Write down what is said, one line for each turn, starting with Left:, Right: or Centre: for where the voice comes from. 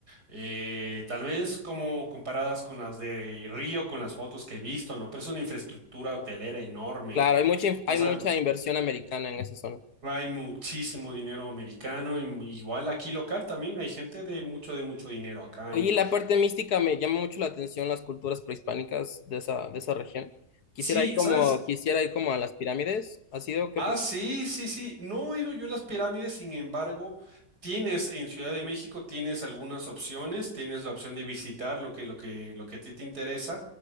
Right: Eh, tal vez como comparadas con las de Río, con las fotos que he visto, ¿no? Pero es una infraestructura hotelera enorme.
Left: Claro, hay mucha, in-
Right: No,
Left: hay
Right: sa-
Left: mucha inversión americana en esa zona.
Right: Hay muchísimo dinero americano, y m- igual aquí local también hay gente de mucho, de mucho dinero acá
Left: Oye,
Right: en...
Left: y la parte mística me llama mucho la atención las culturas prehispánicas de esa, de esa región. Quisiera
Right: Sí,
Left: ir como,
Right: ¿sabes?
Left: quisiera ir como a las pirámides. ¿Has ido? ¿Qué
Right: Ah,
Left: opinas?
Right: sí, sí, sí. No he ido yo a las pirámides, sin embargo, tienes en Ciudad de México, tienes algunas opciones, tienes la opción de visitar lo que, lo que, lo que a ti te interesa.